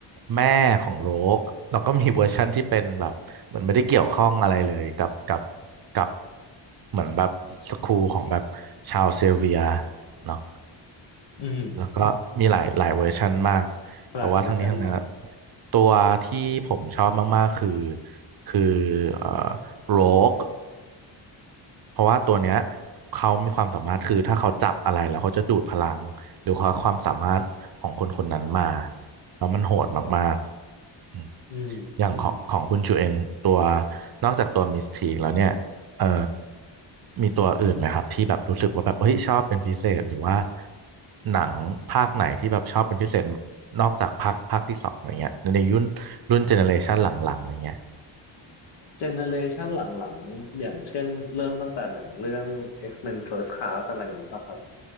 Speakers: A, on the right; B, on the left.
A: แม่ของโรกแล้วก็มีเวอร์ชันที่เป็นแบบเหมือนไม่ได้เกี่ยวข้องอะไรเลยกับกับกับเหมือนแบบสคูลของแบบชาวเซลเวียเนาะ
B: อืม
A: แล้วก็มีหลายหลายเวอร์ชันมาก
B: หลายเวอร์ชันมาก
A: แต่ว่าทั้งนี้ทั้งนั้นอะตัวที่ผมชอบมากๆคือคือเอ่อโรก เพราะว่าตัวเนี้ยเขามีความสามารถคือถ้าเขาจับอะไรแล้วเขาจะดูดพลังหรือเขาความสามารถของคนคนนั้นมาแล้วมันโหดมากๆอืม
B: อืม
A: อย่างอืของมของคุณชูเองตัวนอกจากตัวมิสทีกแล้วเนี่ยเอ่อมีตัวอื่นไหมครับที่แบบรู้สึกว่าแบบเฮ้ยชอบเป็นพิเศษหรือว่าหนังภาคไหนที่แบบชอบเป็นพิเศษนอกจากภาคภาคที่สองอะไรเงี้ยในยุครุ่นรุ่นเจเนอเรชันหลังๆอะไรเงี้ย
B: เจเนเรชันหลังๆอย่างเช่นเริ่มตั้งแต่หนังเรื่อง X-Men First Class อะไรอย่างนี้ป่ะครับ